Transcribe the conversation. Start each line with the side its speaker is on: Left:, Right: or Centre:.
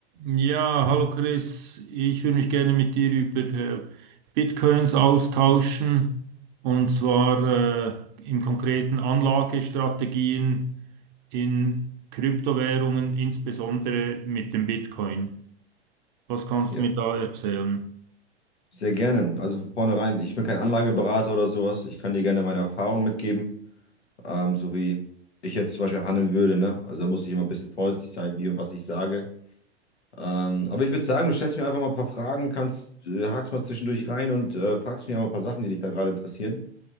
Right: Ja, hallo Chris, ich würde mich gerne mit dir über äh, Bitcoins austauschen und zwar äh, im konkreten Anlagestrategien in Kryptowährungen, insbesondere mit dem Bitcoin. Was kannst
Left: Ja,
Right: du mir da erzählen?
Left: sehr gerne. Also von vornherein, ich bin kein Anlageberater oder sowas. Ich kann dir gerne meine Erfahrungen mitgeben, ähm, so wie ich jetzt zum Beispiel handeln würde. Ne? Also da muss ich immer ein bisschen vorsichtig sein, wie und was ich sage. Ähm, aber ich würde sagen, du stellst mir einfach mal ein paar Fragen, kannst, äh, hakst mal zwischendurch rein und äh, fragst mich auch mal ein paar Sachen, die dich da gerade interessieren.